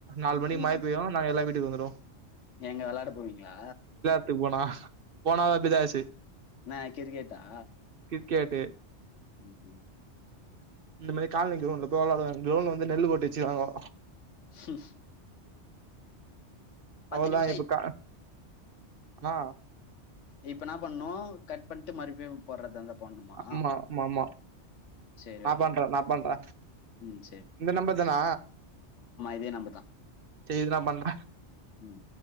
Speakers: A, on the right; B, on the left.
A: நாலு மணிக்கு
B: ம்
A: மழ பெய்யு நாங்க எல்லா வீட்டுக்கு வந்துருவோ
B: எங்க விளாட போவீங்களா
A: வீட்டுபோனா போனா அப் இதாய்ச்சு
B: என்ன கிரிக்கட்டா
A: கிரிக்கேட்டு
B: <inaudible>
A: இந்த மாரி காலனி கிரவுன்ட்ல போய் வெளாடுவ கிரவுன்ட்ல வந்து நெல்லு போட்டு வச்சுருக்காங்கோ
B: ஸ்உஸ் பத்து
A: அவதா
B: நிமிஷம்
A: இப்பு
B: ஆயி
A: கா ஆ
B: இப்பன்னா பண்ணு கட் பண்ணிட்டு மறுபியு போடுறதுந்தா போட்ணுமா
A: ஆமா ஆமா ஆமா
B: சரி
A: நா
B: ஓகே
A: பண்றே நா பண்றே
B: ம் சர்
A: இந்த நம்பர் தானா
B: இதே நம்பர்தா
A: சரிஇரு நா பண்ற
B: ம்